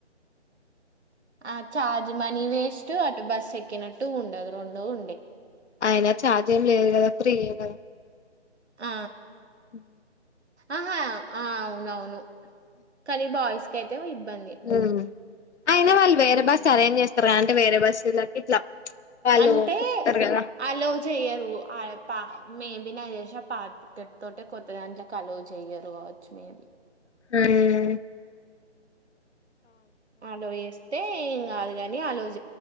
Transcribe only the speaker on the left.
అయినా ఛార్జ్ ఏం లేదు కదా ఫ్రీయే కదా
హు
ఉమ్ అయినా వాళ్ళు వేరే
బస్సు అరేంజ్ చేస్తారూ అంటే వేరే బస్సులకి ఇట్లా వాళ్ళు
చెప్తారు కదా
ఉమ్